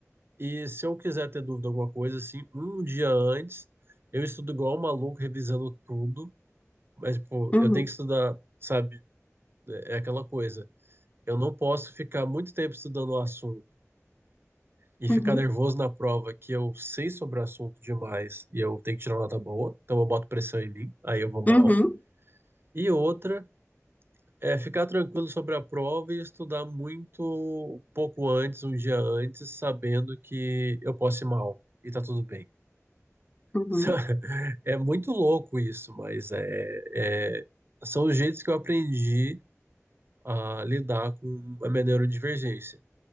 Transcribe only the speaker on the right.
E se eu quiser ter dúvida de alguma coisa assim, um dia antes, eu estudo igual um maluco revisando tudo, mas tipo,
eu tenho que estudar, sabe? É é aquela coisa. Eu não posso ficar muito tempo estudando o assunto e ficar
nervoso na prova que eu sei sobre o assunto demais e eu tenho que tirar uma nota boa, então eu boto pressão em mim, aí eu vou mal.
E outra é ficar tranquilo sobre a prova e estudar muito um pouco antes, um dia antes, sabendo que eu posso ir mal e tá tudo bem. <laughs>
Sabe? É muito louco isso, mas é, é- são os jeitos que eu aprendi a lidar com a minha neurodivergência.